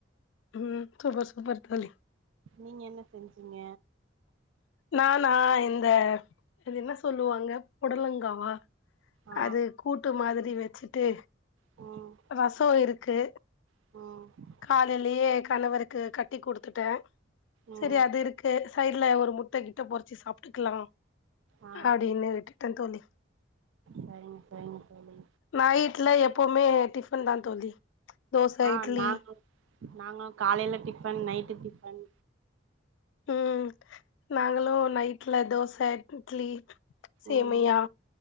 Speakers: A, on the left; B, on the right.
A: ம் சூப்பர் சூப்பர் தோழி
B: நீங்க என்ன செஞ்சீங்க
A: நானா இந்த அது என்ன சொல்லுவாங்க பொடலங்காவா
B: ஆ
A: அது கூட்டு மாதிரி வச்சிட்டு
B: ம்
A: ரசோ இருக்கு
B: ம்
A: காலைலியே கணவருக்கு கட்டி குடுத்துட்டே
B: ம்
A: செரி அது இருக் கு சைட்ல ஒரு முட்ட கிட்ட பொரிச்சி சாப்ட்டுக்கலா
B: ஆ
A: அடின்னு விட்டுட்டே தோழி
B: சரிங்க சரிங்க தோழி
A: நைட்ல எப்பவுமே டிஃபன் தா தோழி தோச
B: ஆ
A: இட்லி
B: நாங்க நாங்க காலைல டிஃபன் நைட்டு டிஃபன்
A: ம் நாங்களு நைட்ல தோச இட்லி சேமியா
B: ம்